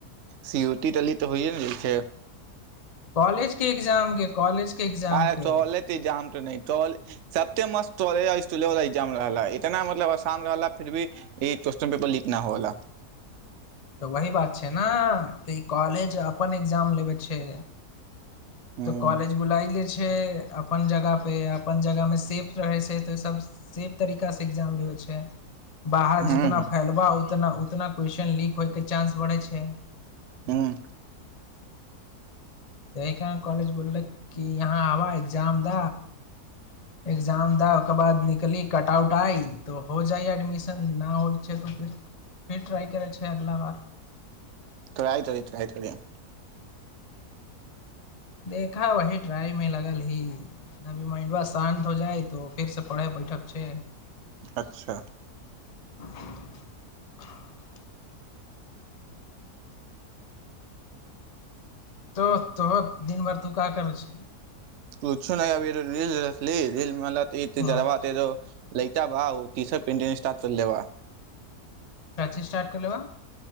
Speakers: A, on the right; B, on the left.
A: सीयूटी देली तऽ होयए गेल छैइ
B: कॉलेज के एग्जाम के कॉलेज के एग्जाम
A: अँ
B: के
A: चल
B: तऽ
A: त जाम तऽ नहि तल सबते मस्त कॉलेज स्ुलेव ए्जाम रहला इतना मतलब आसान रहा फिर भी ई क्वेस््चन पेपर लीक न होलाा <unintelligible>
B: तऽ वही बात छै ने तऽ ई कॉलेज अपन एग्जाम लेबै छै
A: हूं
B: तऽ कॉलेज बुलाइले छे अपन जगह पे अब अपन जगह मे सेफ रहै छै त सब बाहर
A: हूं
B: जितना फैलब उतना उतना क्वेेश्चन लीक होय के चानंस बढ़े छै
A: ह्मँ
B: एहि कारण कॉलेज बोललक कि यहाँ आबह एक्जाम द एक्जाम द ओकर बाद निकली कट आउट आइ तो हो जाइ एडमिशन नहि होइ छै त फेर फेर ट्राइ करै छै अगिला बार
A: तो आत र इ आत री <unintelligible>
B: देखा वही ट्राइ में लगल ही अभी माइंड ब शान्त हो जाइ तो फिर से पढ़े बैठे व छै
A: अच्छा
B: <unintelligible> तो तो दिनभरि तूका करै छै
A: कुछो नहि अभी री रील देखलि रील मलत जरब
B: हँ,
A: त लैता भाव तीसर्ट पेट स्टारट कर लेब <unintelligible>
B: काची स्टार्ट कलेबा